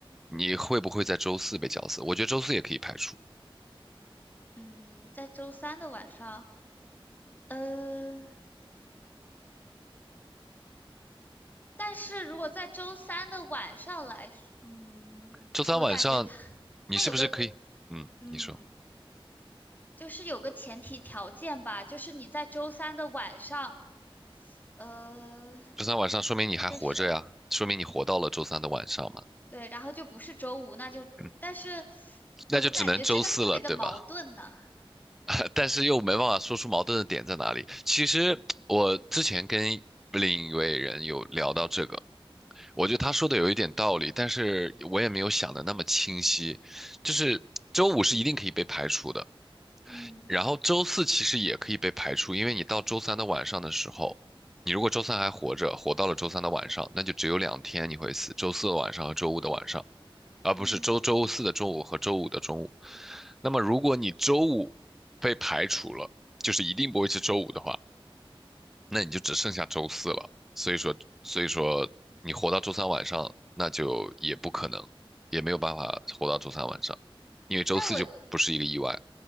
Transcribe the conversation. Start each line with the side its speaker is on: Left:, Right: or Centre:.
Centre: 你会不会在周四被绞死？我觉得周四也可以排除。
Left: 嗯，在周三的晚上，呃，但是如果在周三的晚上来说嗯，
Centre: 周三晚上
Left: 我感觉他他有个，
Centre: 你是不是可以？嗯，
Left: 嗯，
Centre: 你说
Left: 就是有个前提条件吧，就是你在周三的晚上，呃，
Centre: 周三晚上说明你还活着呀，
Left: 这是，
Centre: 说明你活到了周三的晚上嘛。
Left: 嗯，对，然后就不是周五，那就，
Centre: 嗯，
Left: 但是
Centre: 那就只能周四了，
Left: 怎么感觉这个特别的矛盾呢？
Centre: 对吧？<laughs> 但是又没办法说出矛盾的点在哪里。其实我之前跟另一位人有聊到这个，我觉得他说的有一点道理，但是我也没有想的那么清晰。就是周五是一定可以被排除的，
Left: 嗯
Centre: 然后周四其实也可以被排除，因为你到周三的晚上的时候，你如果周三还活着，活到了周三的晚上，那就只有两天你会死，周四的晚上和周五的晚上，而不是周周四的中午和周五的中午。
Left: 嗯，
Centre: 那么如果你周五被排除了，就是一定不会是周五的话，那你就只剩下周四了。所以说，所以说你活到周三晚上，那就也不可能，也没有办法活到周三晚上，因为周四就不是一个意外。
Left: 但我。